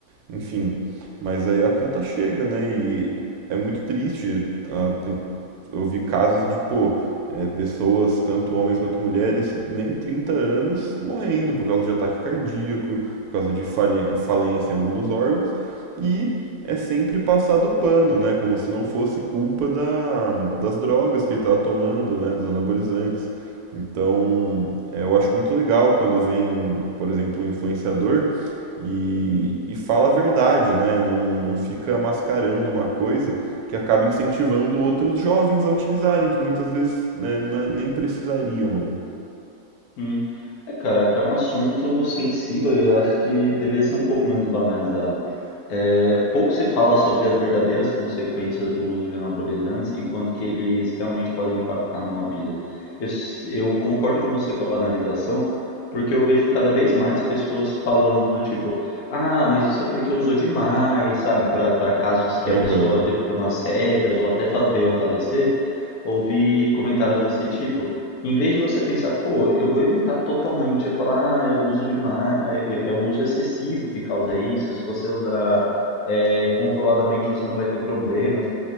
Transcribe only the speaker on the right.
enfim, mas aí a conta chega, né? E é muito triste, ah, tem eu vi casos de, pô, é, pessoas, tanto homens quanto mulheres, nem 30 anos, morrendo por causa de ataque cardíaco, por causa de falha- falência em algum dos órgãos, e é sempre passado pano, né? Como se não fosse culpa da, das drogas que ele estava tomando, né? Dos anabolizantes. Então, é, eu acho muito legal quando vem, por exemplo, um influenciador e, e fala a verdade, né? Não, não fica mascarando uma coisa que acaba incentivando outros jovens a utilizarem, que muitas vezes, né, na- nem precisariam, né?
Aham.